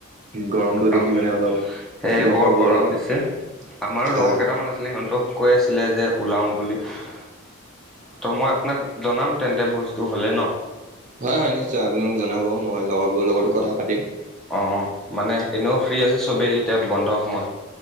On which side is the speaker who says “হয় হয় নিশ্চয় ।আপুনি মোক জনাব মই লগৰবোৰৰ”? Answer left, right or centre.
Right